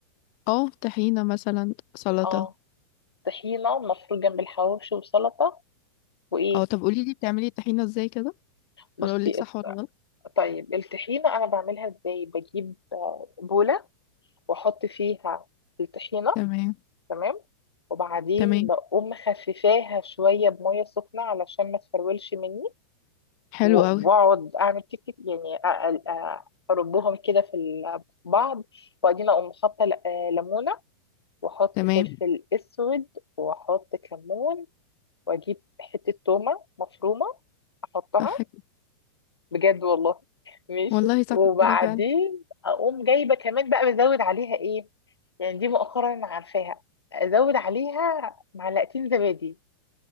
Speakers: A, on the left; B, on the left.
A: اه طحينة مثلا سلطة
B: اه طحينة مفروض جنب الحواوشي وسلطة وايه
A: اه طب قولي لي بتعملي الطحينة ازاي كده
B: بصي
A: ولا اقول لك صح ولا غلط
B: طيب الطحينة أنا بعملها إزاي بجيب آه، بولة وأحط فيها الطحينة
A: تمام
B: تمام وبعدين
A: تمام
B: بقوم مخففاها شوية بمية سخنة علشان ما تفرولش مني
A: حلو
B: و-
A: قوي
B: وأقعد أعمل تك تك يعني أ- أ- أ- أربهم كده في ال- في بعض وبعدين أقوم حاطة ل- آه، ليمونة وأحط
A: تمام
B: فلفل أسود وأحط كمون وأجيب حتة تومة مفرومة أحطها
A: صح كده
B: بجد والله ماشي
A: والله صح
B: وبعدين
A: كده فعلا
B: اقوم جايبه كمان بقى بزود عليها ايه يعني دي مؤخرا انا عارفاها ازود عليها معلقتين زبادي